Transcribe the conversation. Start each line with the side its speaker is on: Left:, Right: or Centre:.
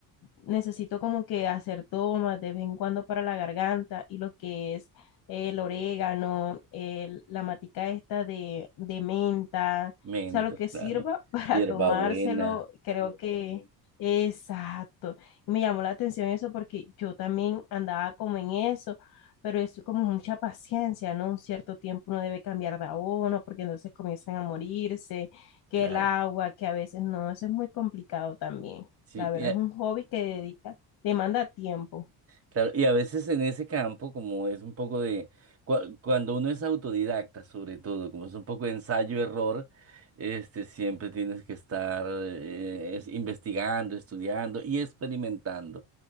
Left: necesito como que hacer tomas de vez en cuando para la garganta y lo que es eh, el orégano, el- la matica esta de, de menta
Right: mentos,
Left: o sea, lo que sirva
Right: claro,
Left: <laughs>
Right: hierbabuena,
Left: para tomárselo, creo que... Exacto. Y me llamó la atención eso porque yo también andaba como en eso, pero es como mucha paciencia, ¿no? Un cierto tiempo uno debe cambiar de abono porque entonces comienzan a morirse, que
Right: claro.
Left: el agua, que a veces no, eso es muy complicado también.
Right: Sí,
Left: La verdad
Right: eh,
Left: es un hobby que dedica, demanda tiempo.
Right: Claro, y a veces en ese campo, como es un poco de, cua- cuando uno es autodidacta sobre todo, como es un poco de ensayo-error, este, siempre tienes que estar eh, es- investigando, estudiando y experimentando.